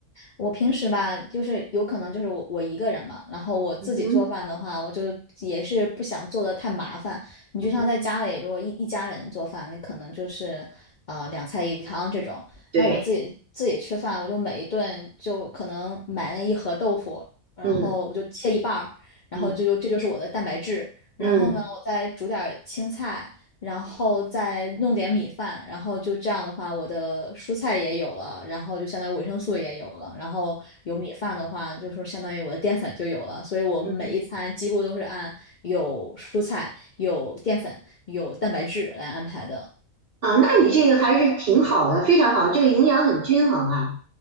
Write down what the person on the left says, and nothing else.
我平时吧，就是有可能就是我我一个人嘛，然后我自己做饭的话，
我就也是不想做的太麻烦。你就像在家里，
如果一一家人做饭，你可能就是呃两菜一汤这种。
那我自己自己吃饭，我就每一顿就可能买了一盒豆腐，然后我就切一半儿，
然后就这就是我的蛋白质。
然后呢，
我再煮点儿青菜，然后再弄点米饭，然后就这样的话，我的蔬菜也有了，然后就相当于维生素也有了，然后有米饭的话，就是相当于我的淀粉就有了，所以我每一餐几乎都是按有蔬菜、
有淀粉、有蛋白质来安排的。